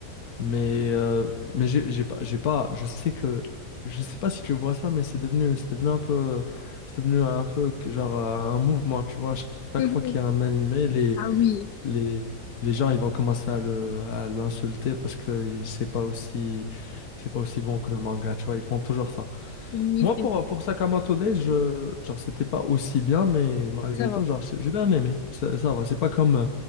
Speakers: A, on the left (about 65°); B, on the left (about 80°).
A: Mais, euh, mais j'ai j'ai pas, j'ai pas, je sais que, je sais pas si tu vois ça, mais c'est devenu, c'est devenu un peu, euh, c'est devenu un peu que genre euh, un mouvement, tu vois. Chaque chaque
B: Mhm.
A: fois qu'il y a un animé, les,
B: Ah oui,
A: les, les gens ils vont commencer à le, à l'insulter parce que c'est pas aussi c'est pas aussi bon que le manga, tu vois, ils font toujours ça.
B: oui,
A: Moi
B: c'est
A: pour pour Sakamoto Days, je genre c'était pas aussi bien mais malgré
B: ça va.
A: tout genre c'est- j'ai bien aimé. Ça, ça va, c'est pas comme euh,